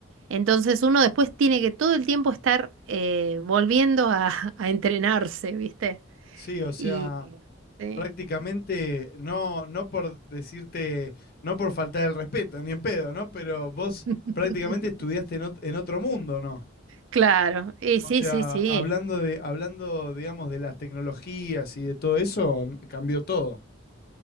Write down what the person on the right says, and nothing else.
entonces uno después tiene que todo el tiempo estar eh, volviendo a, a entrenarse, ¿viste?
Y sí,
<laughs>
claro, y
sí,
sí, sí.